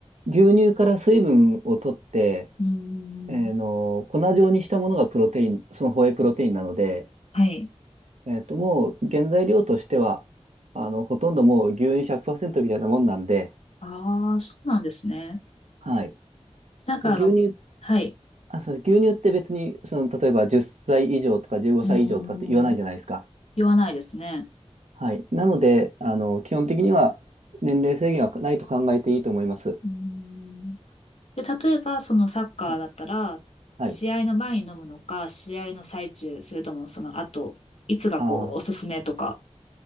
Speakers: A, on the right; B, on the left.
A: 牛乳から水分を取って、
B: うーん。
A: えーの、粉状にしたものがプロテイン、そのホエイプロテインなので、
B: はい。
A: えっと、もう原材料としては、あの、ほとんどもう牛乳100%みたいなもんなんで、
B: ああ、そうなんですね。
A: はい。
B: なんかあの、
A: で牛乳、
B: はい。
A: あ、そう、牛乳って別に、その、例えば10歳以上とか15歳以上とかって言わないじゃないですか。
B: うんうんうん。言わないですね。
A: はい。なので、あの、基本的には年齢制限はないと考えていいと思います。
B: うーん。で、例えば、そのサッカーだったら、
A: はい。はい。
B: 試合の前に飲むのか、試合の最中、それともその後、いつがこう、
A: あ
B: おすすめとか、